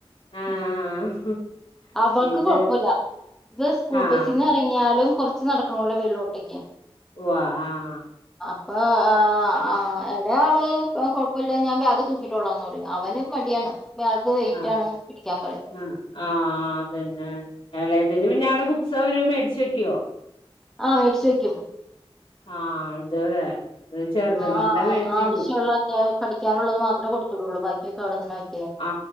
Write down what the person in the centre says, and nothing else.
ഉം അവൾക്ക്
കൊഴപ്പുല്ല ഇത് സ്കൂൾ
ബസിന്ന് ഇറങ്ങിയ എന്നാലും കുറച്ച് നടക്കണോല്ലോ വീട്ടിലോട്ടേക്ക്
ഇപ്പ ആ ആ എന്റെയാളൊന്നും കൊഴപ്പമില്ല ഞാൻ ബാഗ് തുക്കിയിട്ടോളാം പറയും അവന് മടിയാണ് ആൾക്ക് വെയിറ്റ്
ആണ് പിടിക്കാൻ പറയും
ആഹ് മേടിച്ച് വെക്കും
ആ ആ
ആവശ്യള്ള
അത്യാവശ്യം പഠിക്കാനുള്ളത് മാത്രേ കൊട്ത്ത് വിടോള്ളൂ ബാ ക്കിക്കെ അവടെതന്നെ വെയ്